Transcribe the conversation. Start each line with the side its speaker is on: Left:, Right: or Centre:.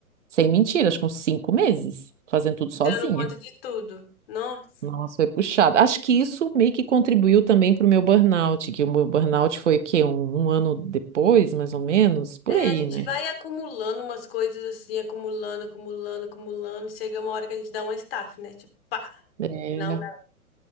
Right: sem mentira, acho que uns cinco meses fazendo tudo
Left: dando
Right: sozinha.
Left: conta de tudo. Nossa.
Right: Nossa, foi puxado. Acho que isso meio que contribuiu também para o meu burnout, que o meu burnout foi o quê? Um, um ano depois, mais ou menos, por
Left: É,
Right: aí,
Left: a gente
Right: né?
Left: vai acumulando umas coisas assim, acumulando, acumulando, acumulando. Chega uma hora que a gente dá uma staff, né? Tipo, pá,
Right: É.
Left: não